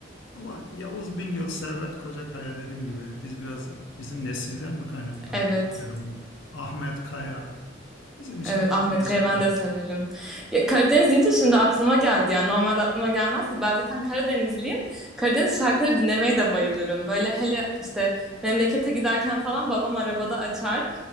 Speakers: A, on the left; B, in the centre.
A: Ama Yavuz Bingöl, Servet Kocakaya dediğim gibi biz biraz bizim nesilden mi kaynaklanıyor
B: Evet.
A: bilmiyorum. Ahmet Kaya bizim için
B: Evet
A: vazgeçilmez.
B: Ahmet Kaya ben de severim. Ya, Karadeniz deyince şimdi aklıma geldi. Yani normalde aklıma gelmezdi. Ben zaten Karadenizliyim. Karadeniz şarkıları dinlemeye de bayılırım. Böyle hele işte memlekete giderken falan babam arabada açar.